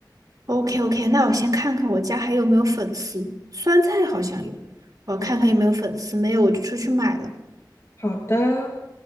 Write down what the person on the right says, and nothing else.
OK OK，那我先看看我家还有没有粉丝，酸菜好像有，我看看有没有粉丝，
没有我就出去买了。